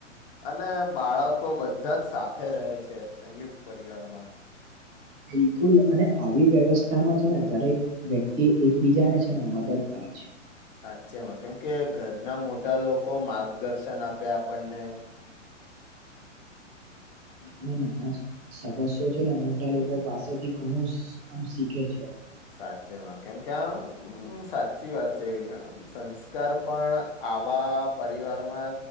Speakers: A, on the left; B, on the right.
A: અને બાળકો બધા જ સાથે રહે છે. સંયુક્ત પરિવારમાં
B: બિલકુલ અને આવી વ્યવસ્થામાં છેને, દરેક વ્યક્તિ એકબીજાને છે, ને મદદ કરે છે.
A: સાચેમાં કેમ કે ઘરના મોટા લોકો, માર્ગદર્શન આપે આપણને
B: અને નાના સમસ્યો છે, ને મોટા લોકો પાસેથી ઘણું આમ શીખે છે.
A: સાચેમાં કેમ કે આમ સાચી વાત છે, એ સંસ્કાર પણ આવા પરિવારમા